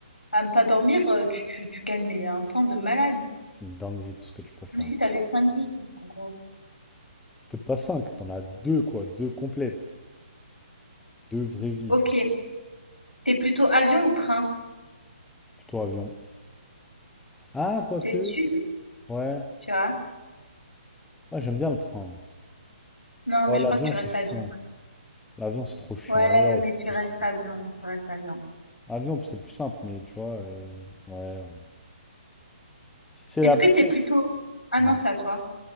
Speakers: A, on the left; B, in the centre.
A: à ne pas dormir, euh, tu, tu, tu gagnes mais un temps de malade.
B: C'est une dinguerie tout ce que tu peux faire.
A: Comme si t'avais cinq vies, en gros.
B: Peut-être pas 5, t'en as deux quoi, deux complètes, deux vraies vies,
A: Ok,
B: tu vois.
A: t'es plutôt avion ou train?
B: Je suis plutôt avion. Ah, quoique,
A: T'es sûr,
B: ouais,
A: tu vois?
B: ouais, j'aime bien le train.
A: Non,
B: Ouais,
A: mais je
B: l'avion
A: crois que tu
B: c'est
A: restes
B: chiant.
A: avion.
B: L'avion c'est trop chiant.
A: Ouais,
B: Ouais,
A: mais
B: ouais, je
A: tu restes
B: suis plus...
A: avion, tu restes avion.
B: Avion c'est plus simple, mais tu vois, euh, ouais, ouais. Si c'est
A: Est-ce
B: la complète.
A: que t'es plutôt... Ah
B: Ouais.
A: non, c'est à toi.